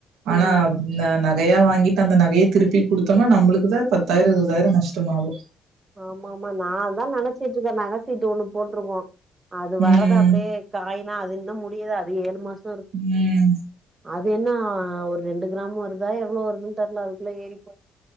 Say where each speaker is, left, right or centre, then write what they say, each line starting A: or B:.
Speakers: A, on the right; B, on the right.
A: ஆனா
B: ம்
A: <unintelligible> நகையா வாங்கிட்டு அந்த நகையை திருப்பி கொடுத்தோம்னா நம்மளுக்கு தான் பத்தாயிரம் இருபதாயிரம் நஷ்ட ஆகும்
B: ஆமா ஆமா நான் தான் நினைச்சிட்டு இருக்கேன் நகசீட்டு ஒண்ணு போட்டிருக்கோம் அது வரறது
A: ம்
B: அப்படியே காயனா அது இன்னும் முடியல அது ஏழு மாசம்
A: உம்
B: அது என்ன ஒரு ரெண்டு கிராம் வருதா எவ்வளவு வருதுன்னு தெரல அதுக்குள்ள ஏறி போய்